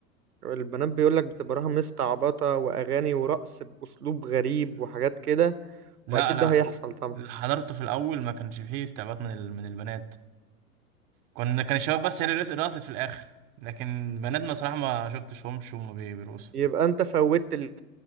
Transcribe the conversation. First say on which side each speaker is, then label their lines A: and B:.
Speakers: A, on the right (about 85°); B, on the right (about 25°).
A: البنات بيقولك بتبقى رايحة مستعبطة وأغاني ورقص بأسلوب غريب وحاجات كده
B: لا
A: وأكيد
B: لا
A: ده هيحصل طبعا
B: اللي حضرته في الأول ما كانش فيه استعباط من ال... من البنات كنا كان الشباب بس هي اللي رقص- رقصت في الآخر لكن بنات ما صراحة ما شفتش وهم بي- بيرقصوا
A: يبقى أنت فوتت اللي